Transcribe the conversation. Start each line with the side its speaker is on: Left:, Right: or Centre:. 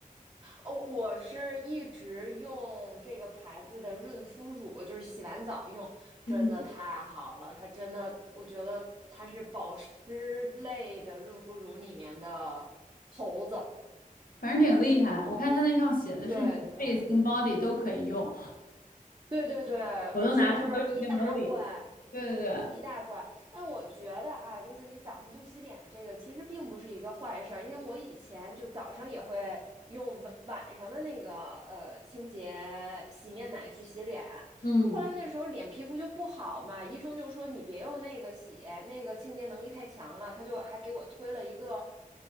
Right: 哦，我是一直用这个牌子的润肤乳，就是洗完澡用，
Left: 嗯，
Right: 真的太好了。它真的，我觉得它是保湿类的润肤乳里面的头子。
Left: 反正挺厉害。我看它那上写的是你的
Right: 对对
Left: face 跟 body 都可以用，
Right: 对对对，
Left: 我都拿它都直接抹脸。
Right: 而且就是一大罐，
Left: 对对对，
Right: 一大罐。但我觉得啊，就是你早上不洗脸这个其实并不是一个坏事儿，因为我以前就早上也会用晚晚上的那个呃清洁洗面奶去洗脸，
Left: 嗯，
Right: 后来那时候脸皮肤就不好嘛，医生就说你别用那个洗，那个清洁能力太强了，他就还给我推了一个，